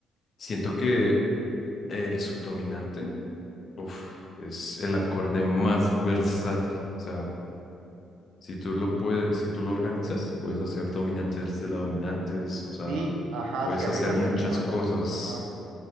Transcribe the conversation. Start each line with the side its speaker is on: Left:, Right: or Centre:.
Left: Siento que el subdominante, uf, es el acorde más versátil. O sea, si tú lo puedes, si tú lo organizas, puedes hacer dominantes de la dominantes, o sea,
Right: Sí, ajá,
Left: puedes
Right: hacia
Left: hacer
Right: arriba
Left: muchas
Right: y hacia abajo.
Left: cosas
Right: Ajá.